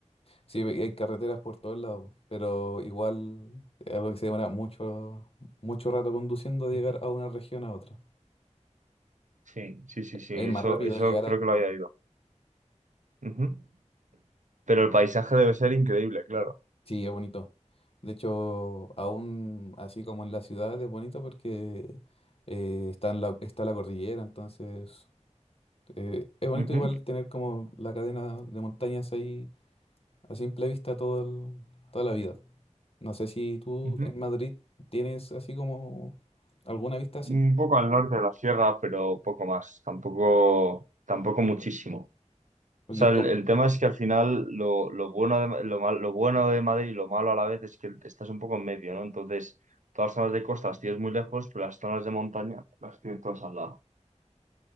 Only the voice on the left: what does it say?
Sí, y hay carreteras por todos lados, pero igual es algo que se demora mucho, mucho rato conduciendo de llegar
a una región a otra.
Es
más rápido
llegar
a...
Sí, es bonito. De hecho, aún así como en la ciudad es bonito porque eh, está, en la, está la cordillera, entonces eh, es bonito
igual tener como la cadena de montañas ahí a simple vista todo el- toda la vida. No sé si tú
en Madrid tienes así como alguna vista así.
Porque
es
co-